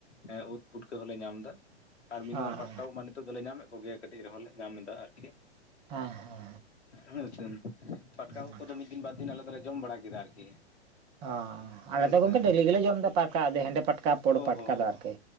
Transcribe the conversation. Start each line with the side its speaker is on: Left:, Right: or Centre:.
Left: ᱮᱸ ᱩᱫ ᱯᱩᱴᱠᱟᱹ ᱦᱚᱸᱞᱮ ᱧᱟᱢ ᱫᱟ᱾ ᱟᱨ ᱢᱤᱱᱤᱢᱟᱢ
Right: ᱚ ᱚ
Left: ᱯᱟᱴᱠᱟᱣᱚᱜ ᱢᱟ ᱱᱤᱛᱚᱜ ᱫᱚᱞᱮ ᱧᱟᱢᱮᱫ ᱠᱚᱜᱮᱭᱟ ᱠᱟᱹᱴᱤᱡ ᱨᱮᱦᱚᱸ ᱞᱮ ᱧᱟᱢ ᱮᱫᱟ ᱟᱨᱠᱤ
Right: ᱦᱮᱸ ᱦᱮᱸ
Left: ᱦᱮᱸ ᱯᱟᱴᱠᱟ ᱩᱫ
Right: ᱦᱩᱸ
Left: ᱠᱚᱫᱚ ᱢᱤᱫ ᱫᱤᱱ ᱵᱟᱨ ᱫᱤᱱ ᱟᱞᱮ ᱫᱚᱞᱮ ᱡᱚᱢ ᱵᱟᱲᱟ ᱠᱮᱫᱟ ᱟᱨᱠᱤ
Right: ᱚᱻ ᱟᱞᱮᱫᱚ
Left: ᱦᱮᱸ
Right: ᱜᱚᱢᱠᱮ
Left: ᱥᱮ
Right: ᱰᱮᱞᱤ ᱜᱮᱞᱮ ᱡᱚᱢ ᱮᱫᱟ ᱯᱟᱴᱠᱟ ᱦᱮᱸᱫᱮ ᱯᱟᱴᱠᱟ ᱯᱳᱲ
Left: ᱚ
Right: ᱯᱟᱴᱠᱟ
Left: ᱚ
Right: ᱫᱚ ᱟᱨᱠᱤ